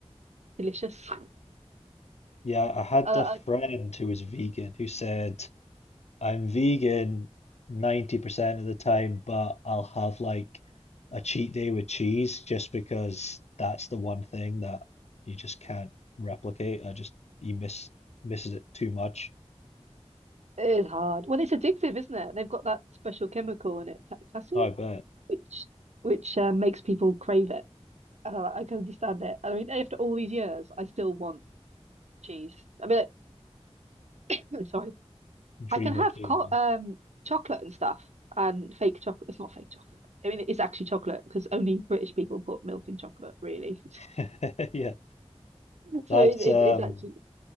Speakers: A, on the right; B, on the left.
A: delicious. <laughs>
B: Yeah, I had
A: Uh,
B: a friend who was vegan who said, I'm vegan 90% of the time, but I'll have like a cheat day with cheese just because that's the one thing that you just can't replicate. I just, you miss, misses it too much.
A: it is hard. Well, it's addictive, isn't it? They've got that special chemical in it, ca- casein,
B: Oh, I bet.
A: which which uh, makes people crave it. And I, I can understand it. And I mean, after all these years, I still want cheese. I mean, like, <coughs> <laughs> sorry,
B: Dream
A: I can have
B: of cheese.
A: co um chocolate and stuff and fake chocolate. It's not fake chocolate. I mean, it's actually chocolate because only British people put milk in chocolate, really.
B: <laughs>
A: <laughs>
B: Yeah.
A: So
B: That's
A: it- it's
B: um
A: it's actually